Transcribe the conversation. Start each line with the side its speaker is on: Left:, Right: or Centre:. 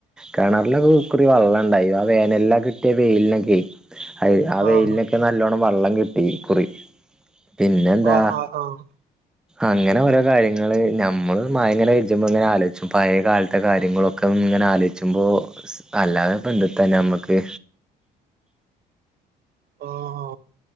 Centre: കിണറിലൊക്കെ ഇക്കുറി വെള്ളം ഇണ്ടായി ആ വേനെല്ലാം കിട്ടിയ വെയിലിനൊക്കെയെ ആ വെയിലിനൊക്കെ
Right: ആഹ്
Centre: നല്ലോണം വെള്ളം കിട്ടി ഇക്കുറി പിന്നെന്താ
Right: ആഹ് ആഹ് ആഹ്
Centre: അങ്ങനെ ഓരോ കാര്യങ്ങള് ഞമ്മള് മയങ്ങനെ ഇരിച്ചുമ്പോ ഇങ്ങനെ ആലോചിച്ചും പഴയ കാലത്തെ കാര്യങ്ങളൊക്കെ ഇങ്ങനെ ആലോചിച്ചു വുമ്പോ അല്ലാതെ ഇപ്പൊ എന്തുട്ടാ തന്നെ ഞമ്മക്ക്
Right: ആ ആ